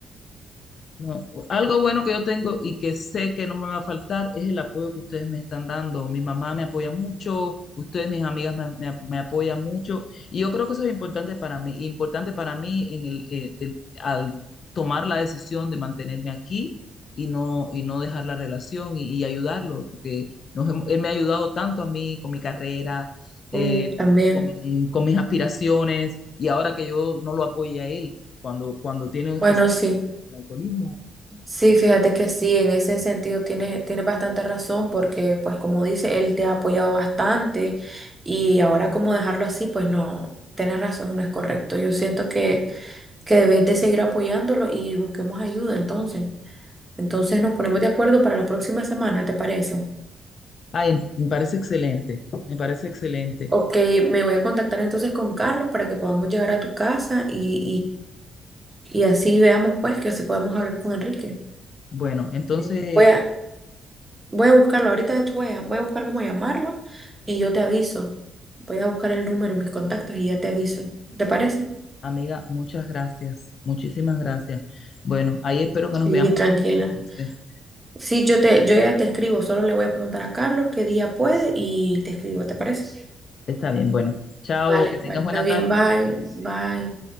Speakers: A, on the left (about 50°); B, on the right (about 15°).
A: No, algo bueno que yo tengo y que sé que no me va a faltar es el apoyo que ustedes me están dando. Mi mamá me apoya mucho, ustedes, mis amigas, me, me- me apoyan mucho. Y yo creo que eso es importante para mí. Importante para mí en el, el- el- al tomar la decisión de mantenerme aquí y no, y no dejar la relación y, y ayudarlo, porque nos hem- él me ha ayudado tanto a mí con mi carrera, eh,
B: Mm, también.
A: con, con mis aspiraciones, y ahora que yo no lo apoye a él cuando, cuando tiene
B: Bueno,
A: ese
B: sí.
A: el alcoholismo
B: Sí, fíjate que sí, en ese sentido tienes, tienes bastante razón porque, pues como dice, él te ha apoyado bastante y ahora como dejarlo así, pues no, tienes razón, no es correcto. Yo siento que, que debes de seguir apoyándolo y busquemos ayuda entonces. Entonces nos ponemos de acuerdo para la próxima semana, ¿te parece?
A: Ay, me parece excelente, me parece excelente.
B: Ok, me voy a contactar entonces con Carlos para que podamos llegar a tu casa y, y, y así veamos pues que si podemos hablar con Enrique.
A: Bueno, entonces,
B: Ok. Voy a,
A: eh,
B: Voy a buscarlo, ahorita de hecho voy a, voy a buscar cómo llamarlo y yo te aviso. Voy a buscar el número y mis contactos y ya te aviso. ¿Te parece?
A: amiga, muchas gracias, muchísimas gracias. Bueno, ahí espero que nos
B: Sí,
A: veamos
B: tranquila.
A: pronto entonces.
B: Sí, yo te, yo ya te escribo, solo le voy a preguntar a Carlos qué día puede y te escribo, ¿te parece?
A: Está bien, bueno, chao,
B: Vale,
A: que tengas
B: vale,
A: buena
B: está bien,
A: tarde.
B: bye, bye.